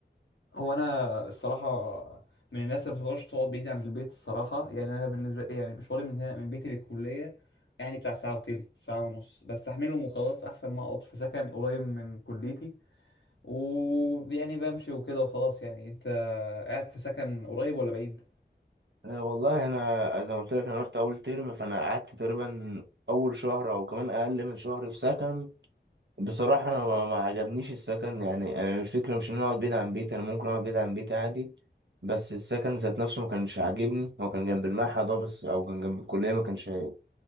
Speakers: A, on the left; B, on the right.
A: هو انا الصراحه من الناس اللي ما بتقدرش تقعد بعيد عن البيت الصراحه يعني انا بالنسبه لي يعني مشواري من هنا من بيتي للكليه يعني بتاع ساعه وتلت ساعه ونص بستحملهم وخلاص احسن ما اقعد في سكن قريب من كليتي ويعني بمشي وكده وخلاص يعني انت قاعد في سكن قريب ولا بعيد
B: آه، والله أنا زي ما قلت لك أنا رحت أول ترم فأنا قعدت تقريبا أول شهر أو كمان أقل من شهر في سكن بصراحة أنا ما ما عجبنيش السكن يعني أنا الفكرة مش إن أنا أقعد بعيد عن بيتي أنا ممكن أقعد بعيد عن بيتي عادي بس السكن ذات نفسه ما كانش عاجبني هو كان جنب المعهد أه بس أو كان جنب الكلية ما كانش عاجبني.